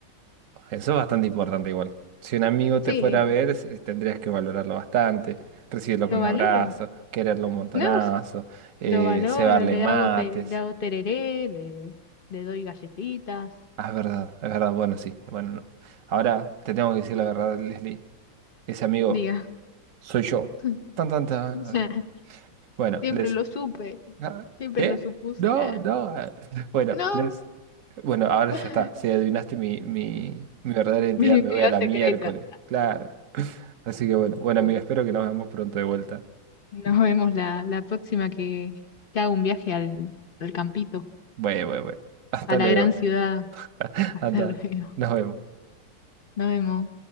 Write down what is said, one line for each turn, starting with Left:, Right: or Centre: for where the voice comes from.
Right: Eso es bastante importante igual. Si un amigo te
Left: Sí,
Right: fuera a ver, es- es- tendrías que valorarlo bastante, recibirlo
Left: lo
Right: con un
Left: valoro.
Right: abrazo, quererlo un montonazo,
Left: No, s-
Right: eh,
Left: lo valoro,
Right: cebarle
Left: le
Right: mates.
Left: hago, te- le hago tereré, le, le doy galletitas,
Right: Ah, es verdad, es verdad. Bueno, sí. Bueno, no. Ahora te tengo que decir la verdad, Leslie. Ese amigo
Left: diga.
Right: soy yo.
Left: <laughs>
Right: Tan, tan, tan.
Left: O sea,
Right: Así. Bueno,
Left: siempre
Right: Les.
Left: lo supe,
Right: Ah,
Left: siempre
Right: ¿Qué?
Left: lo supuse.
Right: No,
Left: eh.
Right: no. Ah, <laughs> Bueno,
Left: No,
Right: Les. Bueno, ahora
Left: <laughs>
Right: ya está. Si adivinaste mi, mi, mi verdadera identidad,
Left: mi identidad
Right: me voy a la
Left: secreta.
Right: miércoles. Claro. Así que bueno, bueno,
Left: Bueno,
Right: amiga, espero que nos veamos pronto de vuelta.
Left: nos vemos la, la próxima que, que haga un viaje al, al campito,
Right: Bueno, bueno, bueno. Hasta
Left: a la
Right: luego.
Left: gran ciudad.
Right: <laughs>
Left: Hasta
Right: Hasta.
Left: <laughs> luego.
Right: Nos vemos.
Left: Nos vemos.